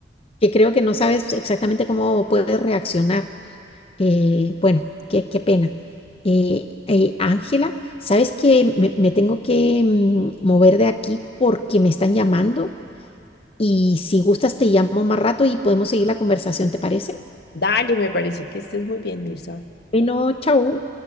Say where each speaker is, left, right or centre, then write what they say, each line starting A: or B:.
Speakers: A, on the left; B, on the left.
A: Que creo que no sabes exactamente cómo puedes reaccionar. Eh, bueno, qué, qué pena. Eh, eh, Ángela, sabes que me, me tengo que mm, mover de aquí porque me están llamando y si gustas te llamo más rato y podemos seguir la conversación, ¿te parece?
B: Dale, me parece que estés muy bien, Mirza.
A: Bueno, chau.